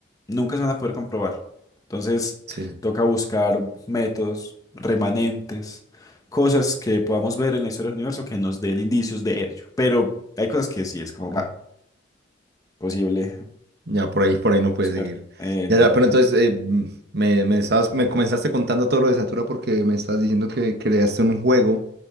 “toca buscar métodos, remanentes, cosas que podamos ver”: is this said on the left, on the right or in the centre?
Left